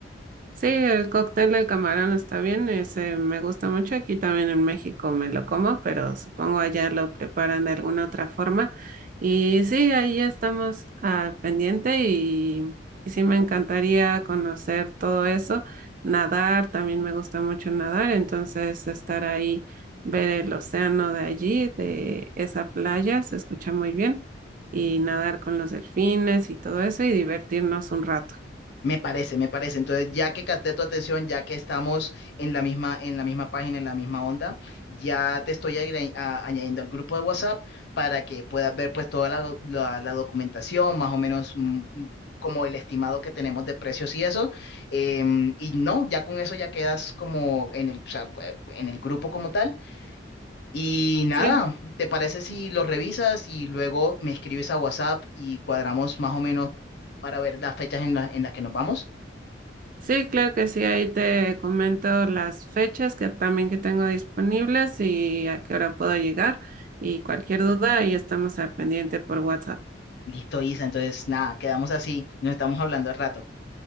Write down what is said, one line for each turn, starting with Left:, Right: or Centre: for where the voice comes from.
Right: Sí, el cóctel de camarón está bien, ese me gusta mucho. Aquí también en México me lo como, pero supongo allá lo preparan de alguna otra forma. Y sí, ahí estamos al pendiente y, y sí me encantaría conocer todo eso. Nadar, también me gusta mucho nadar, entonces estar ahí, ver el océano de allí, de esa playa, se escucha muy bien. Y nadar con los delfines y todo eso y divertirnos un rato.
Left: Me parece, me parece. Entonces, ya que capté tu atención, ya que estamos en la misma, en la misma página, en la misma onda, ya te estoy agre- a- añadiendo al grupo de WhatsApp para que puedas ver pues toda la, do- la- la documentación, más o menos mm, mm, como el estimado que tenemos de precios y eso. Em, y no, ya con eso ya quedas como en el, o sea, pues, en el grupo como tal. Y nada,
Right: Sí,
Left: ¿te parece si lo revisas y luego me escribes a WhatsApp y cuadramos más o menos para ver las fechas en la- en las que nos vamos?
Right: Sí, claro que sí, ahí te comento las fechas que también que tengo disponibles y a qué hora puedo llegar y cualquier duda ahí estamos al pendiente por WhatsApp.
Left: Listo, Isa. Entonces, nada, quedamos así. Nos estamos hablando al rato.